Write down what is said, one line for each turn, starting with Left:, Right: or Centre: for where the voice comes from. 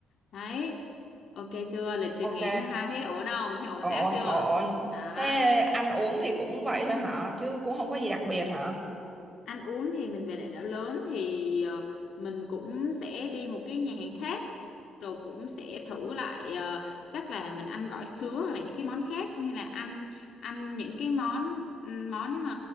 Left: đấy ok chưa lịch trình
Right: ok
Left: ngày thứ hai thế ổn không thế ổn
Right: ổn
Left: áp chưa
Right: ổn
Left: đó
Right: thế ăn uống thì cũng vậy thôi hả chứ cũng không có gì đặc biệt hả
Left: ăn uống thì mình về đại đảo lớn thì ờ, mình cũng sẽ đi một cái nhà hàng khác rồi cũng sẽ thử lại ờ, chắc là mình ăn gỏi sứa hoặc là những cái món khác như là ăn ăn những cái món món mà